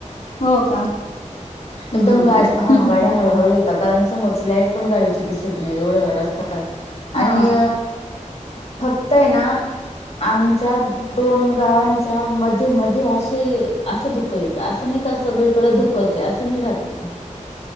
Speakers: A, on the left; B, on the left.
A: हो का, हम्म
B: एकदम गाड ह
A: हं हं.
B: गाड्या हळूहळू येता, कारण कि समोरची लाईट पण गाडीची दिसत नाही, एवढं रस्ता
A: हा
B: आणि, फक्त हे ना, आमच्या दोन गावांच्या मध्ये मध्ये, असं असं धुक येतं, असं नाही का सगळीकडे धुकं धुकच आहे, असं नाही राहत तिथं,